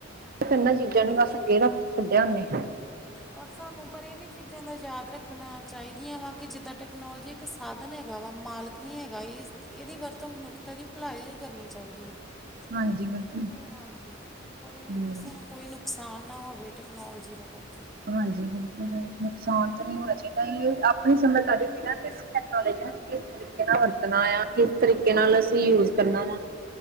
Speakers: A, on the right; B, in the centre.
A: ਇਨਾਂ
B: ਹਾਂਜੀ
A: ਚੀਜ਼ਾਂ ਨੂੰ ਬਸ ਅੱਗੇ ਰੱਖ ਛੱਡਿਆ ਓਨੇ।
B: ਪਰ ਸਾਨੂੰ ਪਰ ਏ ਵੀ ਚੀਜ਼ਾਂ ਦਾ ਯਾਦ ਰੱਖਣਾ ਚਾਹੀਦੀਆਂ ਵਾ ਕਿ ਜਿੱਦਾਂ ਟੈਕਨੋਲਜੀ ਇੱਕ ਸਾਧਨ ਹੈਗਾ ਵਾ ਮਾਲਕ ਨੀ ਹੈਗਾ ਏਸ ਏੱਦੀ ਵਰਤੋਂ ਮਨੁੱਖਤਾ ਦੀ ਪਲਾਈ ਲਈ ਕਰਨੀ ਚਾਹੀਦੀ ਐ। <unintelligible>
A: ਹਾਂਜੀ ਬਿਲਕੁਲ
B: ਹਾਂਜੀ, ਕੋਈ
A: ਹਮ
B: ਕਿਸੇ ਨੂੰ ਕੋਈ ਨੁਕਸਾਨ ਨਾ ਹੋਵੇ, ਟੈਕਨੋਲਜੀ ਦਾ ਕਰਕੇ।
A: ਹਾਂਜੀ, ਬਿਲਕੁਲ ਬਿਲ ਨੁਕਸਾਨ ਤੇ ਨੀ ਹੋਣਾ ਚਾਈਦਾ ਐਈਯੌ ਆ ਪਣੀ ਸਮਝਦਾਰੀ ਹੁੰਦੀ ਨਾ ਏਸ ਟੈਕਨੋਲਜੀ ਨੂੰ ਕਿਸ ਤਰੀਕੇ ਨਾਲ ਵਰਤਣਾ ਆ, ਕਿਸ ਤਰੀਕੇ ਨਾਲ ਅਸੀਂ ਯੂਜ ਕਰਨਾ ਵਾ।